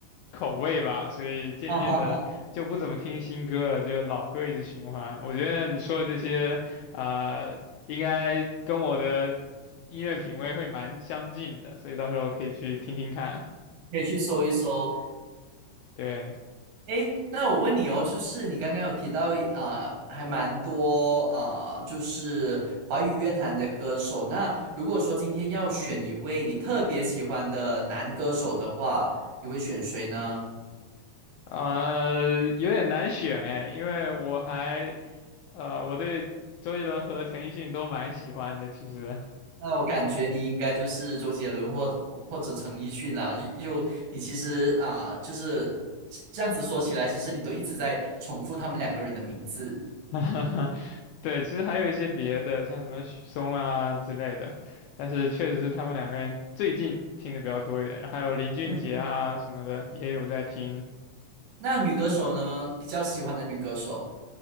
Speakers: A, on the left; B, on the right.
A: 口味吧，所以渐渐的就不怎么听新歌了，
B: <laughs> 哈哈哈
A: 就老歌一直循环。我觉得你说的这些，呃，应该跟我的音乐品味会蛮相近的，所以到时候可以去听听看。
B: 可以去搜一搜。
A: 对，
B: 诶，那我问你哦，就是你刚刚有提到啊、呃还蛮多啊、呃就是华语乐坛的歌手。那如果说今天要选一位你特别喜欢的男歌手的话，你会选谁呢？
A: 呃，有点难选哎，因为我还，呃，我对周杰伦和陈奕迅都蛮喜欢的，其实。
B: 那我感觉你应该就是周杰伦或或或者陈奕迅啊。又，你其实啊、就是这样子说起来，其实你都一直在重复他们两个人的名字。
A: <laughs> 对，其实还有一些别的，像什么许嵩啊之类的，但是确实是他们两个人最近听的比较多一点，然后还有林俊杰啊什么的也有在听。
B: 嗯，那女歌手呢？比较喜欢的女歌手。